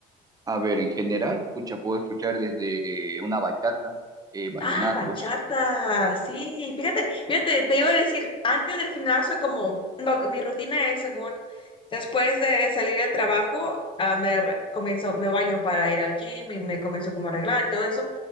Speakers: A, on the right; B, on the left.
A: A ver, en general, pucha, puedo escuchar desde una bachata, eh, vallenatos.
B: Ah, bachata, sí, fíjate, fíjate, te iba a decir, antes del gimnasio, como lo, que- mi rutina es según, después de salir del trabajo, ah, me re- comienzo, me baño para ir al gym y me comienzo como a arreglar y todo eso,